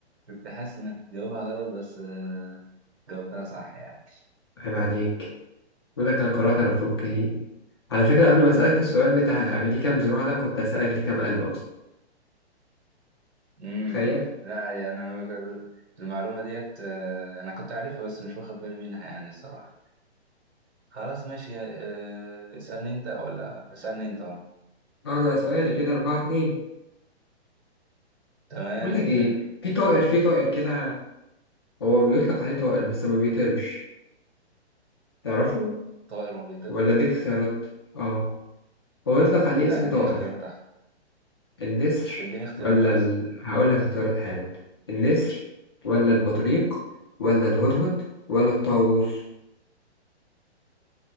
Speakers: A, on the right (about 70°); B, on the left (about 25°).
A: كنت حاسس إنك تجاوبها غلط بس آه جاوبتها صح يعني
B: عيب عليك بقول لك انا قرات انا بحبك ايه على فكره قبل ما اسالك السؤال بتاع ليه كام زراعه ده كنت اسالك ليه كام قلب اصلا
A: مم.
B: تخيل
A: لا يعني أنا بك- المعلومة ديت آه أنا كنت عارفها بس مش واخد بالي منها يعني الصراحة خلاص ماشي آه اسألني أنت ولا اسألني أنت
B: انا سؤالي كده أربعة اتنين
A: تمام
B: بقول لك ايه
A: حلو
B: في طائر في طائر كده هو بيطلق عليه طائر بس ما بيطيرش تعرفه
A: طائر ما بيطيرش
B: ولا اديك اختيارات اه هو يطلق عليه
A: لا
B: اسم
A: اديني
B: طائر
A: اختيارات احسن
B: النسر
A: اديني اختيارات
B: ولا
A: احسن
B: ال... هقول لك اختيارات حالا النسر ولا البطريق ولا الهدهد ولا الطاووس